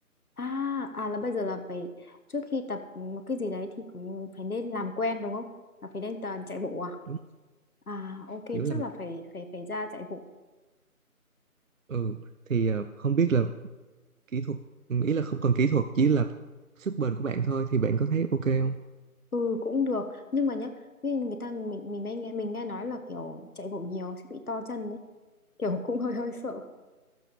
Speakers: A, on the left; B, on the right.
A: À, à là bây giờ là phải trước khi tập một cái gì đấy thì cũng phải nên làm quen đúng không? Là phải nên tờ chạy bộ à?
B: đúng
A: À, ok
B: kiểu
A: chắc
B: làm
A: là phải phải phải ra chạy bộ.
B: ừ thì ờ, không biết là kỹ thuật ừ, ý là không cần kỹ thuật chỉ là sức bền của bạn thôi thì bạn có thấy ok không?
A: Ừ cũng được nhưng mà nhá như người ta mình mình mới nghe mình nghe nói là kiểu chạy bộ nhiều sẽ bị to chân đấy kiểu <laughs> cũng hơi hơi sợ